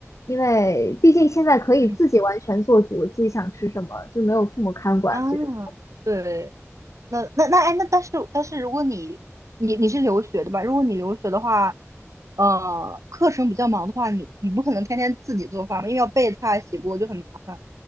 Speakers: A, on the left (about 75°); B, on the right (about 85°).
A: 因为毕竟现在可以自己完全做主，
B: 嗯，
A: 自己想吃什么就没有父母看管这种。
B: 啊，对，那那那哎，那但是但是如果你你你是留学的吧？如果你留学的话，呃课程比较忙的话，你你不可能天天自己做饭嘛，因为要备菜洗锅就很麻烦。